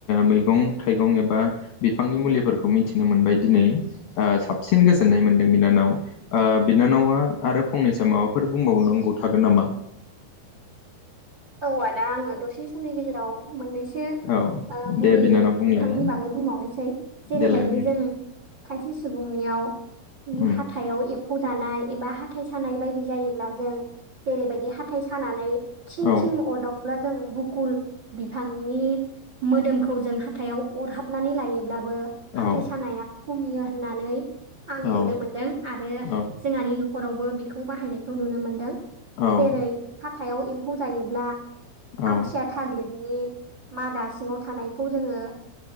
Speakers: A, on the left; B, on the right.
A: मैगं थाइगं एबा बिफांनि मुलिफोरखौ मिथिनो मोनबाय दिनै ओ साबसिन गोजोननाय मोनदों बिनानाव बिनानावा आरो फंनैसो माबाफोर बुंबावनांगौ थागोन नामा
B: औ आदा आङो दसे समनि गेजेराव मोननैसो
A: औ
B: मुलि
A: दे बिनानाव बुंलाय
B: बिफांनि बागै बुंबावनोसै जेरैबायदि
A: देलाय बुं
B: जों खायसे सुबुंनियाव हाथ
A: उम
B: हाथाइाव एब्फौ जानाय एबा हाथाय सानाय बायदि जायोब्ला जों जेरैबायदि हाथाय सानानै थिं
A: औ
B: थिं अरदक ब्ला जों बुकुल बिफांनि मोदोमखौ जों हाथायाव अरहाबनानै लायोब्लाबो हाथाइ
A: औ
B: सानाया खमियो होननानै आं नुनो
A: औ
B: मोनदों आरो
A: औ
B: जोंहानि हरावबो बेखौ बाहायनायखौ नुनो मोनदों
A: औ
B: जेरै हाथाइयाव एम्फौ जायोब्ला
A: औ
B: आथिया थालिरनि मादा सिङाव थानायखौ जोङो